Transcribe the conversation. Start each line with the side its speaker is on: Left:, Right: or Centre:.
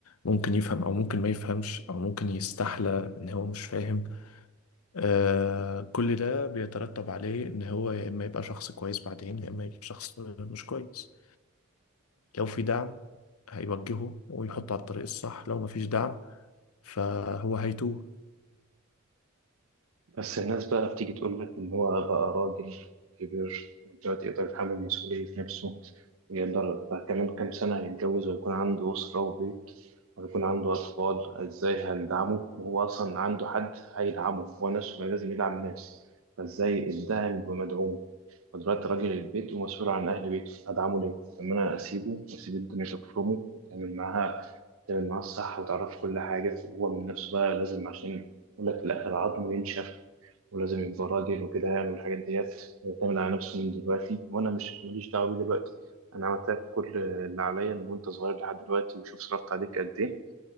Left: ممكن يفهم او ممكن ما يفهمش او ممكن يستحلى ان هو مش فاهم آه، كل ده بيترتب عليه ان هو يا اما يبقى شخص كويس بعدين يا اما يبقى شخص مش كويس لو في دعم هيوجهه ويحطه على الطريق الصح لو مفيش دعم فهو هيتوه
Right: بس الناس بقى بتيجي تقول لك إن هو بقى راجل كبير دلوقتي يقدر يتحمل مسؤولية نفسه ويقدر بقى كمان كام سنة يتجوز ويكون عنده أسرة وبيت ويكون عنده أطفال إزاي هندعمه وهو أصلا عنده حد هيدعمه هو نفسه ما لازم يدعم ناس فإزاي الداعم بمدعوم ودلوقتي راجل البيت ومسؤول عن أهل بيته هدعمه ليه؟ طب ما أنا أسيبه وأسيب الدنيا تفرمه وتعمل معاها تعمل معاه الصح وتعرفه كل حاجة وهو من نفسه بقى لازم عشان يقول لك في الآخر عظمه ينشف ولازم يبقى راجل وكده يعني والحاجات ديت يعتمد على نفسه من دلوقتي وأنا مش ماليش دعوة بيه دلوقتي أنا عملت لك كل اللي عليا من وأنت صغير لحد دلوقتي وشوف صرفت عليك قد إيه